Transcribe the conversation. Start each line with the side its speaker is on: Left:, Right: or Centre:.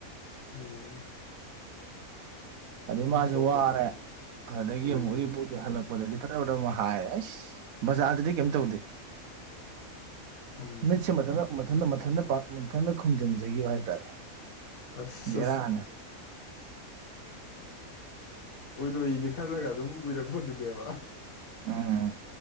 Left: ꯎꯝ
Right: ꯆꯅꯤ
Left: ꯀꯃꯟꯀꯣꯛꯇ
Right: ꯃꯁꯨ ꯋꯥꯔꯦ ꯑꯗꯨꯗꯒꯤ
Left: ꯎꯝ
Right: ꯑꯃꯨꯛ ꯎꯔꯤꯄꯣꯗꯤꯤ ꯍꯜꯂꯛꯄ ꯗꯗꯤ ꯐꯠꯇꯕ ꯐꯕ ꯍꯥꯏꯔꯦ ꯑꯩꯁ ꯕꯖꯥꯔꯗꯗꯤ ꯀꯩꯝ ꯇꯧꯗꯦ
Left: ꯎꯝ
Right: ꯃꯤꯠꯁꯦ ꯃꯊꯟ ꯃꯊꯟ ꯃꯊꯟꯇ ꯃꯊꯟꯇ ꯈꯨꯝꯖꯤꯟꯖꯈꯤꯕ ꯍꯥꯏꯇꯥꯔꯦ
Left: ꯑꯁ ꯑꯁ
Right: ꯦꯔꯅꯦ
Left: ꯎꯏꯔꯣꯏꯗꯤ ꯈꯜꯂꯒ ꯑꯗꯨꯝ ꯎꯏꯔꯛꯄꯗꯨꯅꯦꯕ
Right: ꯎꯎꯉ